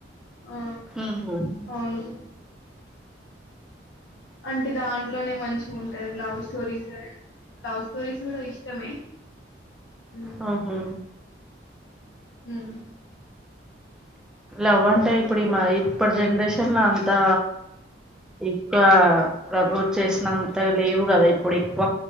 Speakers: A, on the left; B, in the centre.
A: ఆ
B: ఉమ్ ఊమ్.
A: అవును అంటె దాంట్లోనె మంచిగుంటంది లవ్ స్టోరీస్ లవ్స్ స్టోరీస్ గుడ ఇష్టమే ఉమ్.
B: హుహు.
A: ఉమ్.
B: లవ్వంటే. ఇప్పుడీమ ఇప్పుడ్ జన్రేష్ తల్లా అంతా ఎక్కువ ప్రబోజ్ చేస్నంత లేవు గద ఇప్పుడెక్కువ.